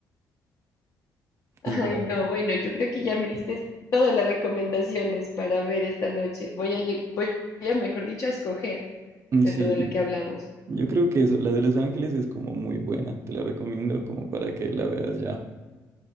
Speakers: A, on the left; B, on the right.
A: Ay,
B: Igual,
A: no, bueno, yo creo que ya me diste todas las recomendaciones para ver esta noche. Voy a, lle- voy a, mejor dicho, a escoger
B: mm,
A: de
B: sí,
A: todo lo
B: yo
A: que hablamos.
B: yo creo que eso, la de Los Ángeles es como muy buena, te la recomiendo como para que la veas ya.